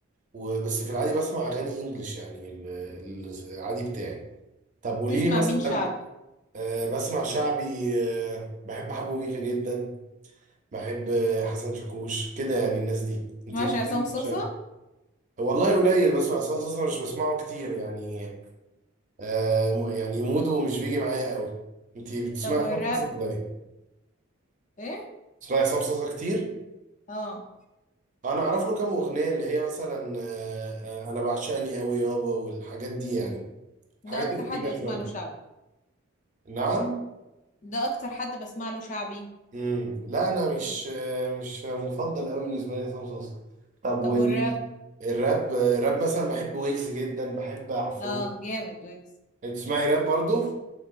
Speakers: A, on the right; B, on the left.
A: وبس في العادي بسمع اغاني انجلش يعني ال- ال- العادي بتاعي طب قولي
B: تسمع
A: لي مثلا
B: مين شعبي
A: آه، بسمع شعبي آه، بحب حمو ويكا جدا بحب آه، حسن شاكوش كده يعني الناس دي انت
B: ماشي
A: بتسمعي
B: عصام صوصه
A: شعبي والله قليل بسمع حسن شاكوش مش بسمعه كتير يعني آه، م- يعني موده مش بيجي معايا قوي انت بتسمعي
B: طب والراب
A: حسن شاكوش ولا ايه
B: ايه
A: بتسمعي حسن شاكوش كتير
B: اه
A: انا اعرف له كام اغنيه اللي هي مثلا آه، آه، انا بعشقني قوي يابا والحاجات دي يعني
B: ده
A: الحاجات
B: اكتر
A: القديمه
B: حد بسمع
A: شويه
B: له شعبي
A: نعم
B: ده اكتر حد بسمع له شعبي
A: امم لا انا مش مش مفضل قوي بالنسبه لي عصام صاصا طب
B: طب
A: وال
B: والراب
A: الراب الراب مثلا بحب ويجز جدا بحب عفروت
B: اه جامد ويجز
A: انت تسمعي راب برضو